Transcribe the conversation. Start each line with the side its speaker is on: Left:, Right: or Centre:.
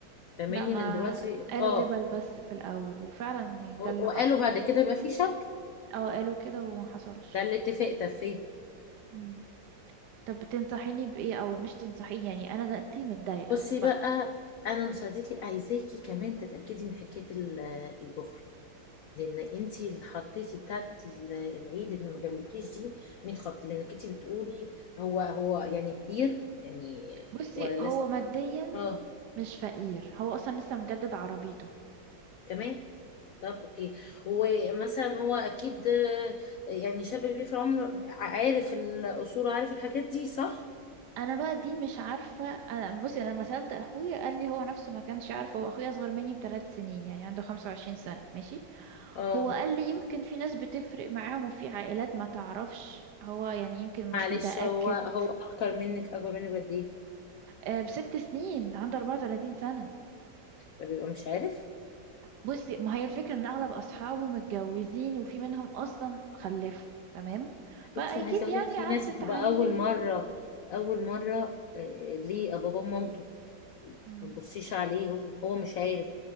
Left: فاهماني
Right: لا ما
Left: لان دلوقتي
Right: قالوا
Left: اه
Right: دبل بس في الاول وفعلا يعني
Left: و-
Right: ده اللي
Left: وقالوا
Right: حصل
Left: بعد كده يبقى في شبكه
Right: اه قالوا كده وما حصلش
Left: ده اللي اتفق فيه
Right: مم. طب بتنصحيني بإيه أوي مش تنصحيني يعني أنا دلوقتي متضايقة
Left: بصي بقى انا مصدقك عايزاكي كمان تتاكدي من حكايه ال- البخل لان انت اللي حطيتي بتاعت ال- العيد اللي ما جابلكيش دي مين خط لانك انت بتقولي هو هو يعني كبير يعني
Right: فبصي
Left: ولا
Right: هو
Left: لسه
Right: ماديا
Left: اه
Right: مش فقير هو أصلا لسه مجدد عربيته
Left: كمان طب اوكي ومثلا هو اكيد آه، يعني شاب كبير في العمر عارف الاصول وعارف الحاجات دي صح
Right: أنا بقى دي مش عارفة أنا بصي أنا لما سألت أخويا قال لي هو نفسه ما كانش يعرف هو أخويا أصغر مني بثلاث سنين يعني عنده خمسة وعشرين سنة ماشي
Left: اه
Right: هو قال لي يمكن في ناس بتفرق معاهم وفي عائلات ما تعرفش هو يعني يمكن مش
Left: معلش
Right: متأكد
Left: هو هو اكتر منك اكبر منك قد ايه
Right: آه، بست سنين عنده 34 سنة
Left: ده بيبقى مش عارف
Right: بصي ما هي الفكرة ان اغلب اصحابه متجوزين وفي منهم اصلا خلفوا تمام فاكيد
Left: بصي انا عايزه اقول
Right: يعني
Left: لك في
Right: عدت
Left: ناس بتبقى
Right: عليه
Left: اول مره اول مره آه، ليه بابا ومامته
Right: مم.
Left: ما تبصيش عليه هو هو مش عارف